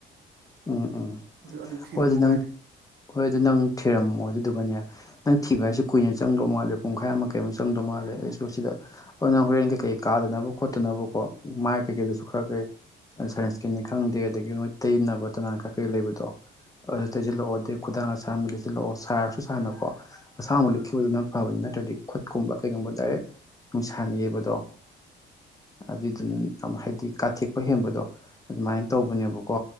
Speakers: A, on the left; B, on the right.
A: ꯎꯝ ꯎꯝ
B: ꯑꯗꯨ ꯊꯤꯗꯧ
A: ꯍꯣꯏ ꯑꯗꯨ
B: ꯃꯉꯥꯏꯔꯦ
A: ꯅꯪ ꯍꯣꯏ ꯑꯗꯨ ꯅꯪ ꯊꯤꯔꯝꯃꯑꯣ ꯑꯗꯨꯗꯨꯒꯅꯦ ꯅꯪ ꯊꯤꯕ ꯍꯥꯏꯁꯦ ꯀꯨꯏꯅ ꯆꯪꯗꯧ ꯃꯥꯜꯂꯦ ꯄꯨꯡꯈꯥꯏ ꯑꯃ ꯀꯩ ꯑꯃ ꯆꯪꯗꯧ ꯃꯥꯜꯂꯦ ꯑꯩꯁꯨ ꯁꯤꯗ ꯍꯣꯏ ꯅꯪ ꯍꯣꯔꯦꯟ ꯀꯩꯀꯩ ꯀꯥꯗꯅꯕ ꯈꯣꯠꯇꯅꯕꯀꯣ ꯃꯥꯏ ꯀꯩꯀꯩꯗꯁꯨ ꯈꯔ ꯀꯩ ꯁꯟ ꯏꯁꯀ꯭ꯔꯤꯟꯅꯤ ꯈꯪꯗꯦ ꯑꯗꯒꯤ ꯃꯣꯏ ꯇꯩꯅꯕ ꯇꯅꯥꯅ ꯈꯔ ꯀꯩ ꯂꯩꯕꯗꯣ ꯑꯗꯨ ꯇꯩꯁꯤꯜꯂꯛꯑꯣ ꯑꯗꯩ ꯈꯨꯗꯥꯡ ꯑꯁꯥꯡꯒꯤ ꯂꯩꯁꯤꯜꯂꯛꯑꯣ ꯁꯥꯔꯁꯨ ꯁꯥꯥꯟꯅꯀꯣ ꯃꯁꯥ ꯑꯃꯨꯛ ꯂꯤꯈꯤꯕꯗꯨꯅ ꯐꯕꯅꯤ ꯅꯠꯇ꯭ꯔꯗꯤ ꯈꯨꯠꯀꯨꯝꯕ ꯀꯩꯒꯨꯝꯕ ꯗꯥꯏꯔꯦꯛ ꯅꯨꯡꯁꯥꯅꯤꯡꯉꯦꯕꯗꯣ ꯑꯗꯨꯏꯗꯨꯅ ꯍꯥꯏꯗꯤ ꯀꯥꯊꯦꯛꯄ ꯍꯦꯟꯕꯗꯣ ꯑꯗꯨꯃꯥꯏꯅ ꯇꯧꯕꯅꯦꯕꯀꯣ